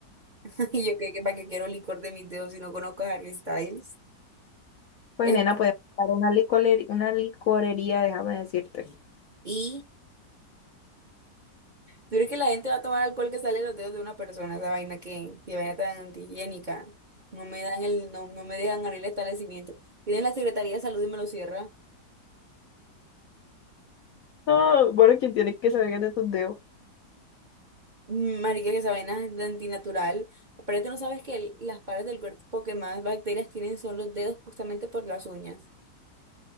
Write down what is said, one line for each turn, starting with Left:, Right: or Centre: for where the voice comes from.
Right: <laughs> yo creo que para qué quiero licor de mis dedos si no conozco a Harry Styles.
Left: Pues
Right: Es-
Left: nena, puedes buscar una licorería, una licorería, déjame decirte.
Right: y tú crees que la gente va a tomar alcohol que sale de los dedos de una persona, esa vaina que, que vaina tan antihigiénica. No me dan el, no, no me dejan abrir el establecimiento. Tienen la Secretaría de Salud y me lo cierra.
Left: No, bueno, quien tiene que salir de tus dedos?
Right: Mm, Marica, que esa vaina es de antinatural. pero tú no sabes que el- las partes del cuerpo que más bacterias tienen son los dedos justamente por las uñas.